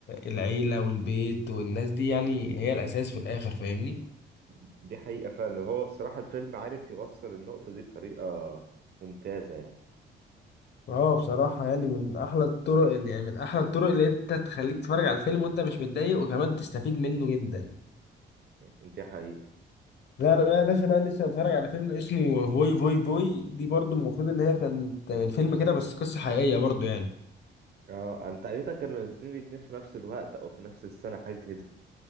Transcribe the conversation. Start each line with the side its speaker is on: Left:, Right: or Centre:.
Left: العيلة والبيت والناس دي يعني هي الاساس في الاخر فاهمني
Right: دي حقيقة فعلا هو بصراحة الفيلم عارف يوصل النقطة دي بطريقة ممتازة يعني
Left: اه بصراحة يعني من أحلى الطرق اللي يعني من أحلى الطرق اللي أنت تخليك تتفرج على الفيلم وأنت مش متضايق وكمان تستفيد منه جدا
Right: دي حقيقة
Left: لا لا لا يا باشا بقى لسه بتفرج على فيلم اسمه فوي فوي فوي دي برضو المفروض ان هي كانت من فيلم كده بس قصة حقيقية برضو يعني
Right: اه انا تقريبا كانوا نازلين الاتنين في نفس الوقت او في نفس السنة حاجة كده